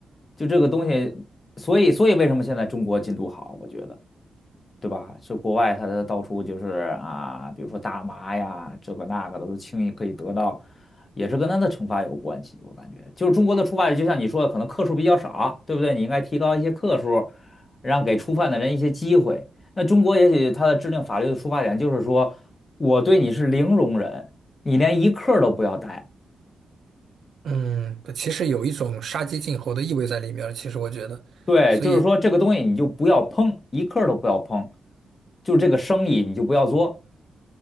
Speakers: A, on the left (about 30°); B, on the right (about 65°).
A: 就这个东西，所以所以为什么现在中国禁毒好，我觉得。对吧？这国外他的到处就是啊，比如说大麻呀，这个那个的都轻易可以得到，也是跟他的惩罚有关系。我感觉，就是中国的触点，就像你说的，可能克数比较少，对不对？你应该提高一些克数，让给触犯的人一些机会。那中国也许它的制定法律的出发点就是说，我对你是零容忍，你连一克儿都不要带。
B: 嗯，其实有一种杀鸡儆猴的意味在里面儿其实我觉得，
A: 对，
B: 所以
A: 就是说这个东西你就不要碰，一克儿都不要碰，就这个生意你就不要做。